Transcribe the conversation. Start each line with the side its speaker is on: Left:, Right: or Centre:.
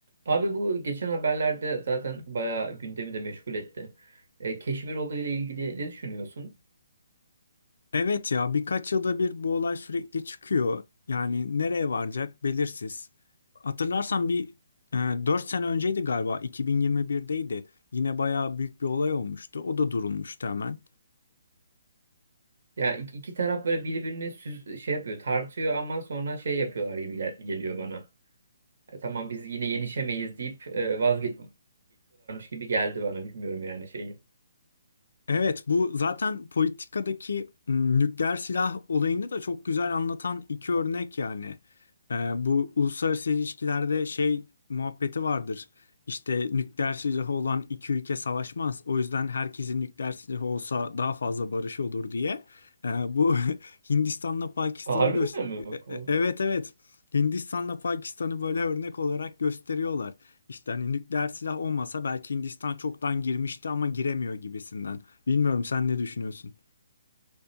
Right: Abi bu geçen haberlerde zaten bayağı gündemi de meşgul etti. E, Keşmir olayıyla ilgili ne düşünüyorsun?
Left: Evet ya birkaç yılda bir bu olay sürekli çıkıyor. Yani nereye varacak belirsiz. Hatırlarsan bir e, dört 4 sene önceydi galiba 2021'deydi. Yine bayağı büyük bir olay olmuştu. O da durulmuştu hemen.
Right: Yani iki, iki taraf böyle birbirini süz, şey yapıyor, tartıyor ama sonra şey yapıyorlar gibi gel- geliyor bana. E, tamam biz yine yenişemeyiz deyip e, vazge gibi geldi bana bilmiyorum yani şeyi.
Left: Evet, bu zaten politikadaki m, nükleer silah olayını da çok güzel anlatan iki örnek yani. Ee, bu uluslararası ilişkilerde şey muhabbeti vardır. İşte nükleer silahı olan iki ülke savaşmaz. O yüzden herkesin nükleer silahı olsa daha fazla barış olur diye. Ee, bu <laughs> Hindistan'la Pakistan'ı
Right: Aa, Harbiden
Left: göster...
Right: mi? Bak, o-
Left: Evet evet. Hindistan'la Pakistan'ı böyle örnek olarak gösteriyorlar. İşte hani nükleer silah olmasa belki Hindistan çoktan girmişti ama giremiyor gibisinden. Bilmiyorum sen ne düşünüyorsun?